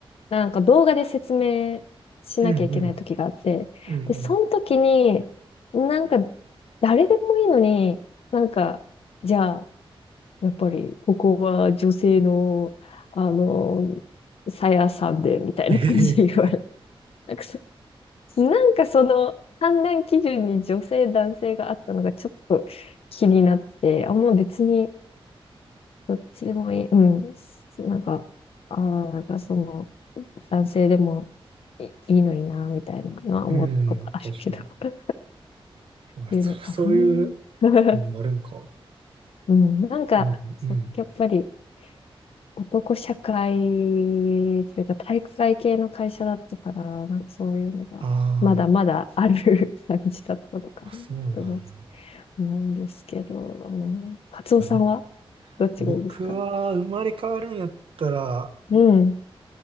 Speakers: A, on the left; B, on the right.
A: なんか動画で説明しなきゃいけない時があって、
B: うん。うん。うん。
A: で、その時に、
B: うん
A: なんか誰でもいいのに、なんか、じゃあ、やっぱり、ここは女性の、あの、さやさんで、みたいな感じで言われ
B: えへへ
A: なんかそ、なんかその、判断基準に女性、男性があったのがちょっと気になって、あ、もう別に、どっちでもいい。うん。なんか、ああ、なんかその、男性でもいい、いいのにな、みたいなのは思ったことあるけど、
B: うん。確かに。
A: っ
B: あ、
A: ていうのかな。
B: そ、そういう
A: <laughs>
B: のもあるんか。
A: うん。なんか、
B: でもうん。
A: そうやっぱり、男社会というか体育会系の会社だったから、なんかそういうのが、
B: あ
A: まだまだある
B: ー
A: <laughs> 感じだったのかなと思
B: まあ、そうなんや。
A: うんですけど、うん、カツオさんは
B: う
A: どっちがいいですか
B: 僕は生まれ変わるんやったら、
A: うん。